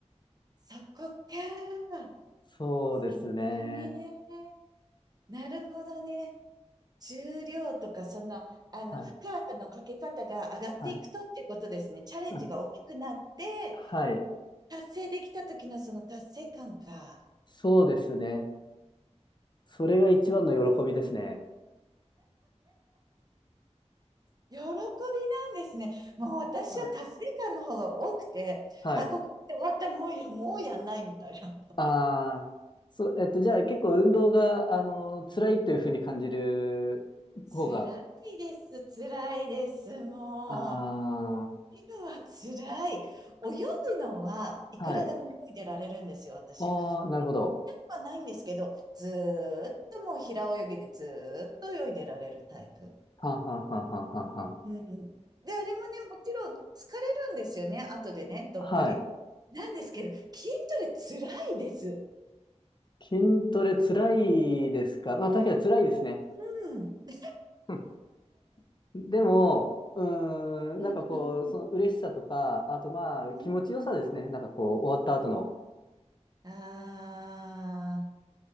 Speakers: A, on the right; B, on the left.
A: そこか。
B: そうですね。
A: そこね。なるほどね。重量とか、その、あの、
B: はい、
A: 負荷のかけ方が上がっていくとっていうことですね。
B: はい、
A: チャレンジが大きくなって、
B: あ、はい。
A: 達成できた時のその達成感か。
B: そうですね。それが一番の喜びですね。
A: 喜びなんですね。もう私は達成感の方が多くて、
B: はい、はい。
A: あ、ここまで終わった、もうや、もうやんないみたいな。
B: ああ、そう、えっと、じゃあ結構運動が、あの、辛いというふうに感じる方が、
A: 辛いです、辛いです、もう。
B: あ
A: 今は辛い。泳ぐのはいくらでも泳いでられるんですよ、
B: あ、はい。
A: 私。
B: ああ、
A: や
B: なるほど。
A: はないんですけど、ずーっともう平泳ぎでずーっと泳いでられるタイプ。
B: はんはんはんはんはんはん。
A: うん。で、あれもね、もちろん疲れるんですよね、後でね、どっぷり。
B: はい。
A: なんですけど、筋トレ辛いです。
B: 筋トレ辛いですかまあ確かに辛いですね。
A: うん。う
B: <laughs> でも、うーん、
A: ん
B: なんかこう、その嬉しさとか、あとまあ気持ちよさですね。
A: うんう
B: なんかこう、終わった後の。
A: ん。あ